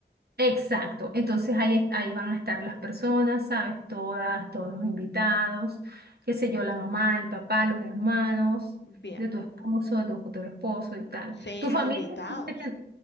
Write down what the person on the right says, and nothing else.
Exacto, entonces ahí, es- ahí van a estar las personas, ¿sabes? Todas, todos los invitados, qué sé yo, la mamá, el papá, los hermanos
de tu esposo, de tu futuro esposo y tal.
Tu
familia
me dijiste que,